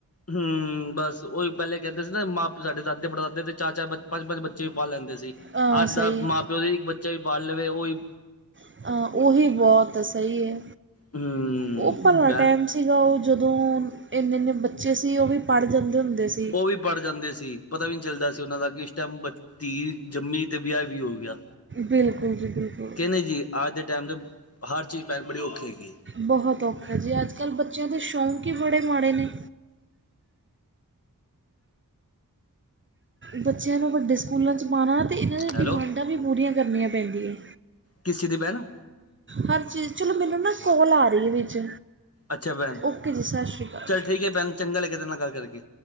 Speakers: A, on the left; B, on the right.
A: ਹੂੰ ਬਸ ਉਹੀ ਪਹਿਲੇ ਕਹਿੰਦੇ ਸੀ ਨਾ ਮਾਪੇ ਸਾਡੇ ਦਾਦੇ ਪੜਦਾਦੇ ਤੇ ਚਾਰ-ਚਾਰ ਪੰਜ-ਪੰਜ ਬੱਚੇ ਵੀ ਪਾਲ ਲੈਂਦੇ ਸੀ
B: ਅ
A: ਅੱਜ
B: ਸਹੀ
A: ਦਾ ਮਾਂ ਪਿਓ ਦੇ ਇੱਕ ਬੱਚੇ ਬੱਚੇ ਵੀ ਪਾਲ ਲਵੇ ਓਹ ਈ
B: ਅ ਉਹੀ ਬਹੁਤ ਸਹੀ ਐ,
A: ਹੂੰ
B: ਉਹ ਭਲਾ
A: ਭੈਣ
B: ਅ ਟੈਮ ਸ ਸੀਗਾ ਓਹ ਜਦੋਂ, ਇੰਨੇ- ਇੰਨੇ ਬੱਚੇ ਸੀ, ਉਹ ਵੀ ਪੜ੍ਹ ਜਾਂਦੇ ਹੁੰਦੇ ਸੀ।
A: ਓਹ ਵੀ ਪੜ੍ਹ ਜਾਂਦੇ ਸੀ, ਪਤਾ ਵੀ ਨਹੀਂ ਚੱਲਦਾ ਸੀ ਉਹਨਾਂ ਦਾ, ਕਿ ਇਸ ਟਾਈਮ ਧੀ ਜੰਮੀ, ਤੇ ਵਿਆਹ ਵੀ ਹੋ ਗਿਆ।
B: ਬਿਲਕੁਲ ਜੀ ਬਿਲਕੁਲ।
A: ਕੇ ਨਹੀਂ ਜੀ, ਅੱਜ ਦੇ ਟਾਈਮ ਹਰ ਚੀਜ, <unintelligible> ਬੜੀ ਔਖੀ ਹੈਗੀ ਏ।
B: ਬਹੁਤ ਔਖਾ ਜੀ, ਅੱਜ ਕੱਲ੍ਹ ਬੱਚਿਆਂ ਦੇ ਸ਼ੌਂਕ ਹੀ ਬੜੇ ਮਾੜੇ ਨੇ। ਬੱਚਿਆਂ ਨੂੰ ਵੱਡੇ ਸਕੂਲਾਂ 'ਚ ਪਾਉਣਾ, ਤੇ ਇਹਨਾਂ ਦੀ
A: ਹੈਲੋ
B: ਡਿਮਾਂਡਾਂ ਵੀ ਪੂਰੀਆਂ ਕਰਨੀਆਂ ਪੈਂਦੀਆਂ।
A: ਕਿਸ ਦੀ ਮੈਂ ਨਾ
B: ਹਰ ਚੀਜ਼, ਚਲੋ ਮੈਨੂੰ ਨਾ ਕੋਲ ਆ ਰਹੀ ਹੈ ਵਿੱਚ
A: ਅੱਛਾ ਭੈਣ,
B: ਓਕੇ ਜੀ ਸਤਿ ਸ਼੍ਰੀ ਅਕਾਲ
A: ਚੱਲ ਠੀਕ ਹੈ ਭੈਣ, ਚੰਗਾ ਲੱਗਿਆ ਤੇਰੇ ਨਾਲ ਗੱਲ ਕਰਕੇ।